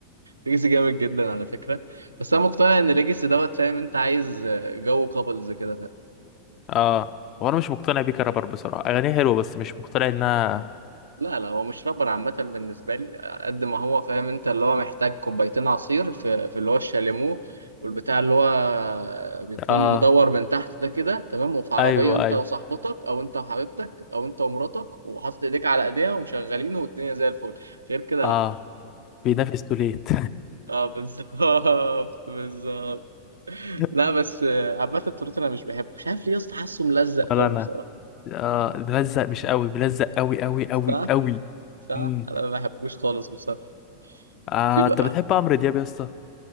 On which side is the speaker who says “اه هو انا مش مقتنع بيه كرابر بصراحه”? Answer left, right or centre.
Left